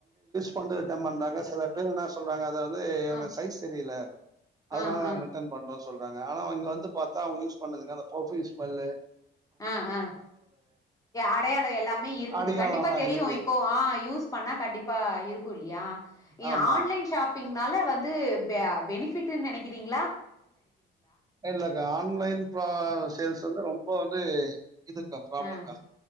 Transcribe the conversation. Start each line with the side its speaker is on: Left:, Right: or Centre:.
Right: பண்டு ரிட்டர்ன் பண்றாங்க சில பேர் என்ன சொல்றாங்க அத வந்து
Left: ஆ
Right: எங்க சைஸ் செரில அதனால
Left: ஆ
Right: நாங்க
Left: ஆ
Right: ரிட்டர்ன் பண்றோ சொல்றாங்க ஆனா இங்க வந்து பாத்தா அவுங்க யூஸ் பண்ணதுகாண ஃபர்ஃப்யூம் ஸ்மெல்லு
Left: ஆஹ் ஆஹ் அடையாள எல்லாமே இருக்குது
Right: அடிகாலம்லாம்
Left: கண்டிப்பா தெரியு
Right: இருக்கு
Left: இப்போ ஆ யூஸ் பண்ணா கண்டிப்பா இருக்கு புலியா ஏ
Right: ஆமா
Left: ஆன்லைன் ஷாப்பிங் நல்ல வந்து பெ பெனிபிட் நினைக்கிறீங்
Right: இல்லக்கா ஆன்லைன் ப சேல்ஸ் வந்து ரொம் இப்போ வந்து இதுக்கா ப்ராப்ளம்கா
Left: ஆ